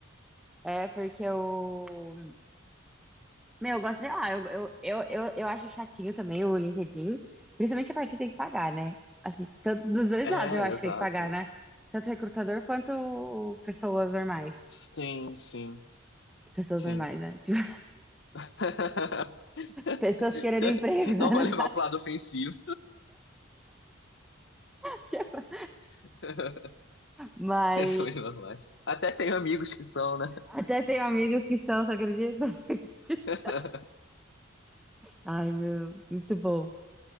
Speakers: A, in the centre; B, on the left.
A: É porque eu. Meu, eu gosto, sei lá, eu, eu, eu, eu, eu acho chatinho também o LinkedIn. Principalmente a parte que tem que pagar, né? Assim, tanto dos dois
B: É,
A: lados eu acho
B: exato.
A: que tem que pagar, né? Tanto recrutador quanto pessoas normais.
B: Sim, sim,
A: Pessoas
B: sim.
A: normais, né? <laughs> Tipo,
B: <laughs>
A: pessoas querendo
B: <laughs>
A: emprego, né?
B: Não vou levar pro lado ofensivo.
A: <laughs>
B: <laughs>
A: Mas.
B: Pessoas normais. Até tenho amigos que são, né?
A: Até tenho amigas que são, você acredita? <laughs> Você acredita?
B: <laughs>
A: Ai, meu, muito bom.